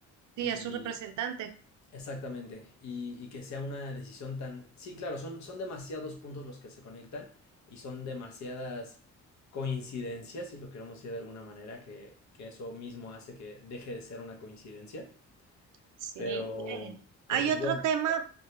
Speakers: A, on the right (about 75°); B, on the left (about 65°).
A: sí,
B: Y
A: a su representante.
B: exactamente, y, y que sea una decisión tan... Sí, claro, son, son demasiados puntos los que se conectan y son demasiadas coincidencias, si lo queremos decir de alguna manera, que, que eso mismo hace que deje de ser una coincidencia.
A: Sí.
B: Pero,
A: Eh,
B: pero
A: hay
B: pues
A: otro
B: bueno.
A: tema,